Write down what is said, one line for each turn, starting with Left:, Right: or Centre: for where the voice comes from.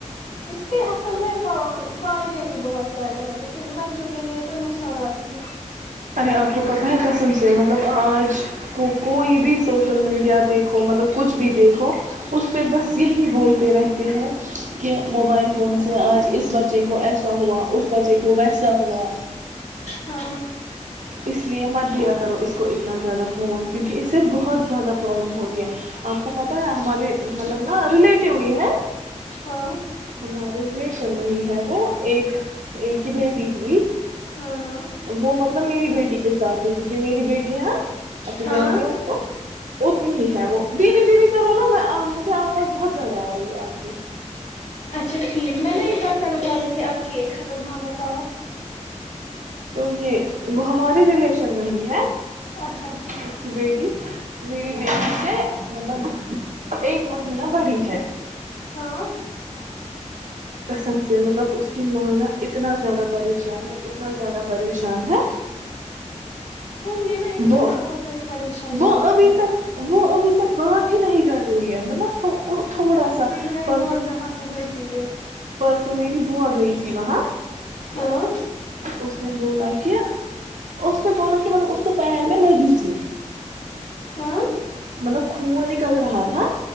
Left: اس کے اصل میں فائدے بھی بہت سارے ہیں لیکن بچوں کے لیے تو نقصانات ہی ہیں
Right: آپ کو پتہ ہے پسند سے مطلب آج کوک کوئی بھی سوشل میڈیا دیکھو مطلب کچھ بھی دیکھو اس پہ بس
Left: ہوں
Right: یہی بولتے رہتے ہیں کہ موبائل فون سے آج اس بچے کو ایسا ہوا اسس بچے کو ویس جاا
Left: ہاں
Right: اس لیئے مت دیا کرو اس کو اتنا زیادہ فون کیونکہ اس سے بہت زیادہ پرابلم ہوتی ہے آپ کو پتہ ہے ہمارے مطلب نا ریلیٹو یہ ہے
Left: ہاں
Right: ہمارے لیے تو نہیں ہے وہ ایک یہ کی بٹی ہوئی
Left: ہاں ہاں
Right: وہ مطلب میری بیٹی کے سات ہے جسے میری بیٹی ہے اب تو
Left: ہاں
Right: جانتی ہو اس کو اتنی ہی ہے وہ دھیرری دھیرری کرو نا میں مجھے آواز بہت زیادہ آ رہی آپ کی
Left: اچھا ٹھیک میں نے برتن اٹھی تھی اب کی ختم ہاں بتاوا
Right: تو یہ وہ ہمارے ریلیشن میں ہی ہے
Left: اچھا اچھا
Right: اس کی بیٹی میری بیٹی سے مطلب ایک مہینہ بڑی ہے
Left: ہاں
Right: قسم سے مطلب اس کی مان اتنا زیادہ پریشان ہے میں زیادہ پریشان ہے
Left: ہوں گے نا اس سے
Right: وہ
Left: تو بہت ساری پریشانیاں
Right: وہ
Left: اٹھتی
Right: ابھی
Left: ہے
Right: تک وہ ابھی تک بات ہی نہیں کر صح مطلب تھوڑا
Left: اس کو اسکرین
Right: سا
Left: ٹائم
Right: پر
Left: بہت
Right: پرس
Left: رہا ہوگا اسی لیے
Right: پرسوں میری بو آ گئی س وہاں
Left: ہاں
Right: اس نے بولا کیا اس نے بولا کہ مطلب اس کو پیر میں لگی تھی
Left: ہاں
Right: مطلب خون نکل رہا تھا